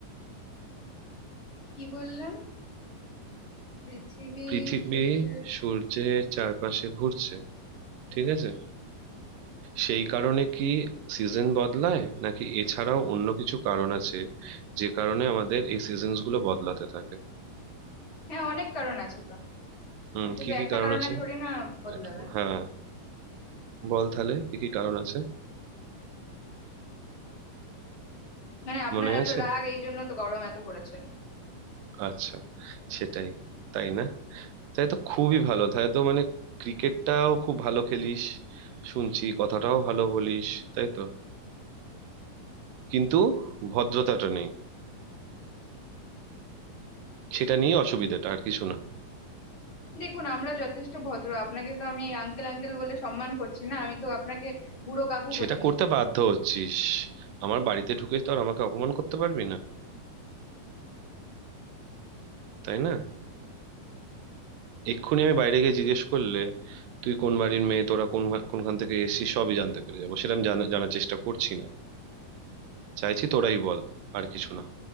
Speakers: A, on the left; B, on the right.
A: কি বললেন পৃথিবী
B: পৃথিবী
A: সূর্য
B: সূর্যের চারপাশে ঘুরছে ঠিক আছে সেই কারণে কি সিজন বদলায় নাকি এছাড়াও অন্য কিছু কারণ আছে যে কারণে আমাদের এই সিজনস গুলো বদলাতে থাকে
A: হ্যাঁ অনেক কারণ আছে তো
B: হুম
A: ওই শুধু
B: কি কি
A: একটা
B: কারণ
A: কারণে
B: আছে
A: থোড়ি না বদলাবে
B: একটু ব- হ্যাঁ বল তাহলে কি কি কারণ আছে
A: মানে আপনার
B: মনে
A: এত
B: আছে
A: রাগ এই জন্য তো গরম এত পড়েছে
B: আচ্ছা সেটাই তাই না তাই তো খুবই ভালো তাই তো মানে ক্রিকেটটাও খুব ভালো খেলিস শুনছি কথাটাও ভালো বলিস তাই তো কিন্তু ভদ্রতাটা নেই সেটা নিয়ে অসুবিধাটা আর কিছু না
A: দেখুন আমরা যথেষ্ট ভদ্র আপনাকে তো আমি আঙ্কেল আঙ্কেল বলে সম্মান করছি না আমি তো আপনাকে বুড়ো কাকু
B: সেটা
A: বলিনি
B: করতে বাধ্য হচ্ছিস আমার বাড়িতে ঢুকে তো আর আমাকে অপমান করতে পারবি না তাই না এক্ষুনি আমি বাইরে গিয়ে জিজ্ঞেস করলে তুই কোন বাড়ির মেয়ে তোরা কোন ভা- কোনখান থেকে এসেছিস সবই জানতে পেরে যাবো সেটা আমি জানা- জানার চেষ্টা করছি না চাইছি তোরাই বল আর কিছু না